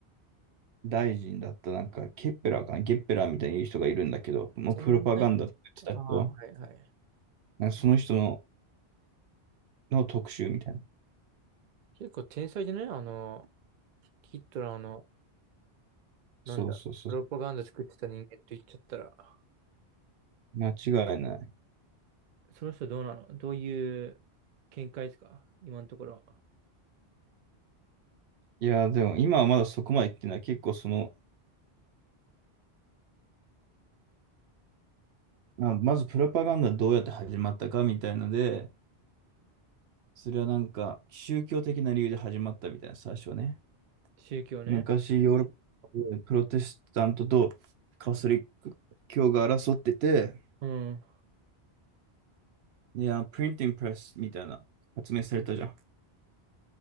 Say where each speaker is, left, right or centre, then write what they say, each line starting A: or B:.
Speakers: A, on the right (about 75°); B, on the right (about 55°).
A: 大臣だったなんか、ケッペラーかな、ゲッペラーみたいに言う人がいるんだけど、もうプロパガンダとか言ってた人、
B: 全然ないけど。ああ、はいはい。
A: なんかその人の、の特集みたいな。
B: 結構天才でね、あの、ヒットラーの、なんだ、
A: そうそうそう。
B: プロパガンダ作ってた人間って言っちゃったら。
A: 間違いない。
B: その人どうなのどういう見解ですか今のところ。
A: いや、でも今はまだそこまで言ってない。結構その、まあまずプロパガンダどうやって始まったかみたいので、それはなんか宗教的な理由で始まったみたいな、最初はね。
B: 宗教ね。
A: 昔ヨーロッパでプロテスタントとカトリック教が争ってて、
B: うん。
A: いや、プリンティングプレスみたいな発明されたじゃん。